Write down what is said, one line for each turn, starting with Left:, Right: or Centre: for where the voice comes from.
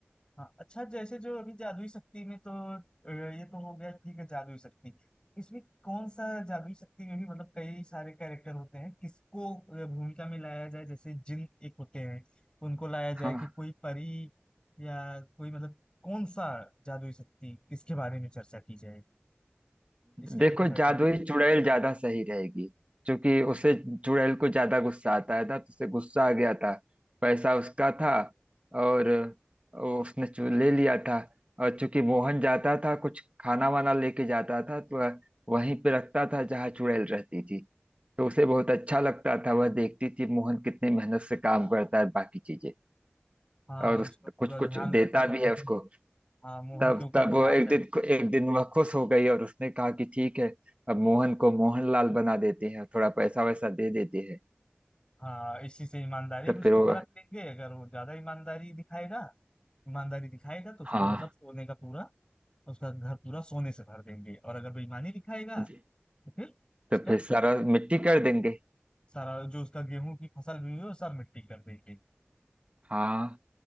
Left: हाँ अच्छा जैसे जो अभी जादुई शक्ति में तो अ, ये तो हो गया ठीक है जादुई शक्ति इसमें कौन सा जादुई शक्ति में भी मतलब कई सारे कैरेक्टर होते हैं किसको अ, भूमिका में लाया जाए जैसे जिन एक होते हैं उनको लाया जाए
Right: हाँ
Left: कि कोई परी या कोई मतलब कौन सा जादुई शक्ति किसके बारे में चर्चा की जाए इसके
Right: देखो
Left: लिए कुछ आइडिया
Right: जादुई चुड़ैल ज्यादा सही रहेगी क्योंकि उसे चुड़ैल को ज्यादा गुस्सा आता है ना तो उसे गुस्सा आ गया था पैसा उसका था और उसने चु- ले लिया था और चूंकि मोहन जाता था कुछ खाना वाना लेके जाता था तो वहीं पे रखता था जहाँ चुड़ैल रहती थी तो उसे बहुत अच्छा लगता था वह देखती थी मोहन कितनी मेहनत से काम करता है बाकी चीजें
Left: हाँ
Right: और उस
Left: उसका पूरा
Right: कुछ कुछ
Left: ध्यान रहता
Right: देता
Left: था
Right: भी
Left: मोहन
Right: है उसको
Left: हाँ मोहन
Right: तब
Left: के ऊपर
Right: तब
Left: ध्यान
Right: वो एक
Left: रहता
Right: दिन एक दिन वह खुश हो गई और उसने कहा कि ठीक है अब मोहन को मोहनलाल बना देते हैं थोड़ा पैसा वैसा दे देते हैं
Left: हाँ इसी से ईमानदारी
Right: तो
Left: भी उसकी
Right: फिर वो
Left: परख लेंगे अगर वो ज्यादा ईमानदारी दिखाएगा ईमानदारी दिखाएगा तो उसको
Right: हाँ
Left: मतलब सोने का पूरा उसका घर पूरा सोने से भर देंगे और अगर बेईमानी दिखाएगा
Right: जी
Left: तो फिर उसका
Right: तो फिर सारा मिट्टी कर देंगे
Left: सारा जो उसका गेहूं की फसल भी हुई है वो सब मिट्टी कर देंगे
Right: हाँ